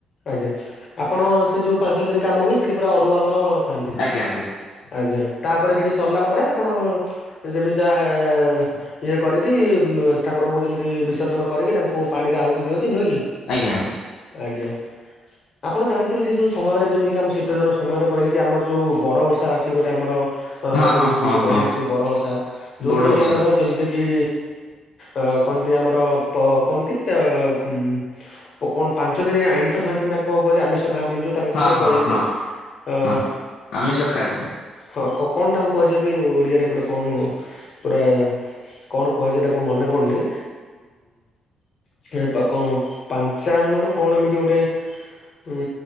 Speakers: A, on the left (about 50°); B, on the left (about 75°).
A: ଆଜ୍ଞା, ଆପଣ ସେ ଯୋଉ ପାଞ୍ଚ ଦିନ କାମ ହୁଏ ସେଠି ପୁରା ଅରୁଆ ଅର୍ଣ୍ଣ ଖାଆନ୍ତି?
B: ଆଜ୍ଞା ଆଜ୍ଞା
A: ଆଜ୍ଞା, ତାପରେ ସେଠି ସରିଲା ପରେ ଆପଣ ଯେମିତି <unintelligible> ଇଏ କରିକି, ଠାକୁରଙ୍କୁ ଯେମିତି ବିସର୍ଜନ କରିକି, ତାଙ୍କୁ ପାଣିରେ ଆହୁତି ଦିଅନ୍ତି ନୁହେଁ କି।
B: ଆଜ୍ଞା।
A: ଆଜ୍ଞା। ଆପଣ ଜାଣିଥିବେ ସେଇ ଯୋଉ ସମୟରେ ଯେମିତି କିି ଆମ ଶୀତ ଦିନ ସମୟରେ କହିଲେ କି, ଆମର ଯୋଉ ବଡ ଓଷା ଅଛି ଗୋଟେ ଆମର
B: ହଁ
A: ପୂର୍ବପୁରୁଷ
B: ହଁ ହଁ
A: ରହିଆସିସି
B: ହଁ
A: ବଡ଼ ଓଷା। ଯେଉଁଥିରେ
B: ବଡ
A: କିି
B: ଓଷା
A: ଆମର ଯେମିତିକି ଅ କହନ୍ତି ଆମର କହନ୍ତି ଉ <unintelligible> କଣ ପାଞ୍ଚ ଦିନି ଆଇଁଷ ଖାଆନ୍ତି ନା କଣ କୁହାଯାଏ ଆମିଷ ଖାଆନ୍ତିନି। ତାଙ୍କୁ
B: ହଁ
A: କଣ
B: ହଁ
A: କୁହାଯାଇଛି?
B: ହଁ
A: <unintelligible>
B: ହଁ ଆମିଷ ଖାଆଯାଏ
A: ହଁ କଣ ତାଙ୍କୁ କୁହାଯାଏନ୍ତି? ଓଡ଼ିଆରେ ଗୋଟେ କଣ ପୁରା- କଣ କୁହାଯାଏ ତାକୁ ମନେ ପଡ଼ୁନି? <unintelligible> କଣ ପାଞ୍ଚାଙ୍ଗନ୍ କଣ ଏମିତି ଗୋଟେ ଉଁ